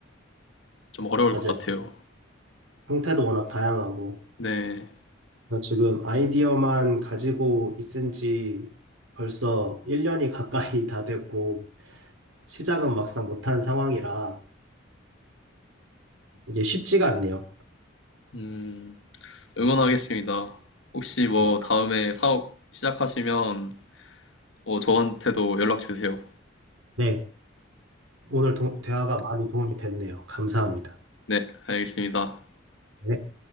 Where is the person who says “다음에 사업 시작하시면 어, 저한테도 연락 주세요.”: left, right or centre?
Left